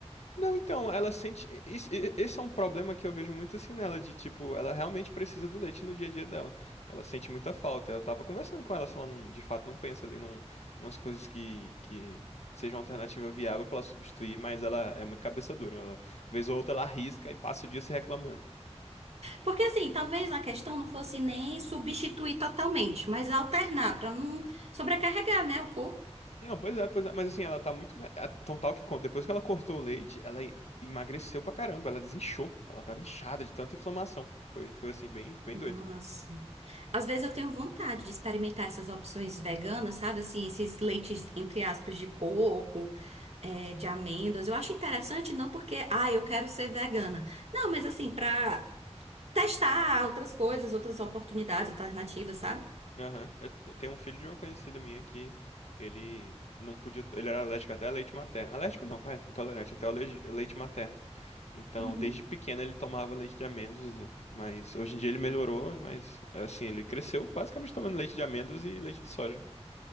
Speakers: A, on the left; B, on the right.
A: Não, então, ela sente. Isso- e- Esse é um problema que eu vejo muito assim nela, de tipo, ela realmente precisa do leite no dia a dia dela. Ela sente muita falta. Eu tava conversando com ela, se ela não, de fato não pensa ali num, umas coisas que, que sejam uma alternativa viável pra ela substituir, mas ela é muito cabeça dura. Ela, vez ou outra, ela arrisca e passa o dia se reclamando.
B: Porque assim, talvez a questão não fosse nem substituir totalmente, mas alternar para não sobrecarregar, né, o corpo.
A: Não, pois é, pois é, mas assim, ela tá muito. me- a- Tão tal que co- depois que ela cortou o leite, ela e- emagreceu pra caramba, ela desinchou. Ela tava inchada de tanta inflamação. Foi, foi assim, bem, bem
B: Nossa.
A: doido.
B: Às vezes eu tenho vontade de experimentar essas opções veganas, sabe? Assim, esses leites, entre aspas, de coco, é, de amêndoas. Eu acho interessante, não porque, ah, eu quero ser vegana. Não, mas assim, pra testar outras coisas, outras oportunidades, alternativas, sabe?
A: Aham. Eu, t- eu tenho um filho de uma conhecida minha que ele não podia. Ele era alérgico até a leite materno. Alérgico não, vai. Intolerante até ao leite, leite materno. Então,
B: Uhum.
A: desde pequeno ele tomava leite de amêndoas, mas hoje em dia ele melhorou, mas assim, ele cresceu basicamente tomando leite de amêndoas e leite de soja.